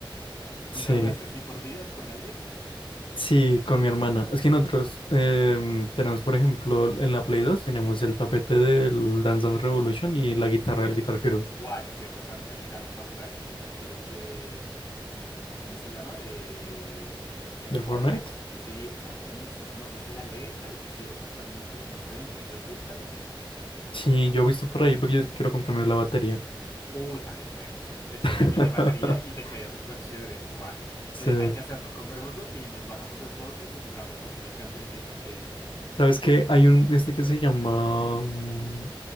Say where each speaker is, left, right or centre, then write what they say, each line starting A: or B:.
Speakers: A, on the left; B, on the left.
A: ¿Nunca
B: Sí.
A: jugaste así por vidas con alguien?
B: Sí, con mi hermana. Es que nosotros em, tenemos, por ejemplo, en la Play dos tenemos el tapete del Dance Dance Revolution y la guitarra
A: Sí.
B: del Guitar Hero
A: Buah, yo quiero comprarme una guitarra para jugar el Guitar Hero de... ¿Cómo se llama? De... ¿De
B: del
A: Fortnite?
B: Fortnite.
A: Sí, está buenísimo. No sé si la lee, pero quiero comprarme una, pero es que no sé dónde. ¿Me ayudas a buscar una?
B: Sí, yo he visto por ahí porque yo quiero comprarme la batería.
A: Uy, también estaría muy chévere. De hecho,
B: <laughs>
A: ahí también hay batería y te queda súper chévere. Buah.
B: Sí.
A: Oye, hay que hacerlo. Comprémoslo y nos bajamos el Fortnite y jugamos así las cancioncitas que dices.
B: ¿Sabes qué? Hay un este que se llama mm,